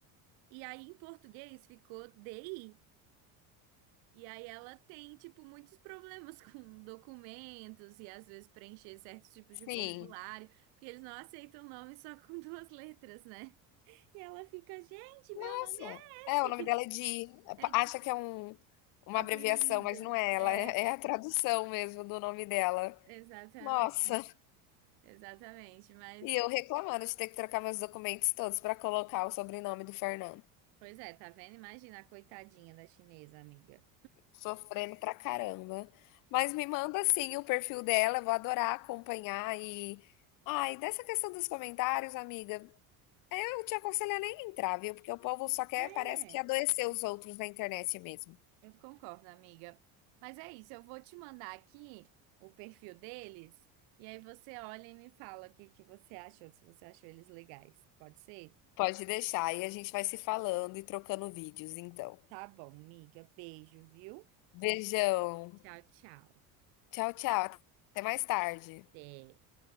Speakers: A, on the right; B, on the left.
A: E aí em português ficou DI, E aí ela tem, tipo, muitos problemas <laughs> com documentos e às vezes preencher certos tipos
B: Sim,
A: de formulário, porque eles não aceitam o nome só com <laughs> duas letras, né? E ela fica, gente, meu
B: Nossa,
A: nome é
B: é, o nome
A: esse.
B: dela é
A: <laughs>
B: Di.
A: É
B: Acha
A: de
B: que é um, uma
A: apelido.
B: abreviação, mas não é ela,
A: É,
B: é, é a tradução mesmo do nome dela.
A: exatamente.
B: Nossa,
A: Exatamente, mas
B: e eu reclamando de ter que trocar meus documentos todos para colocar o sobrenome do Fernando.
A: pois é, tá vendo? Imagina a coitadinha da chinesa, amiga.
B: Sofrendo pra caramba. Mas me manda sim o perfil dela, eu vou adorar acompanhar e. Ai, dessa questão dos comentários, amiga, eu te aconselho a nem entrar, viu? Porque o povo só quer,
A: É.
B: parece que adoecer os outros na internet mesmo.
A: Eu concordo, amiga. Mas é isso, eu vou te mandar aqui o perfil deles e aí você olha e me fala o que que você achou, se você achou eles legais. Pode ser?
B: Pode deixar. E a gente vai se falando e trocando vídeos, então.
A: Tá bom, amiga. Beijo, viu?
B: Beijão.
A: Tchau, tchau.
B: Tchau, tchau. Até mais tarde.
A: Até.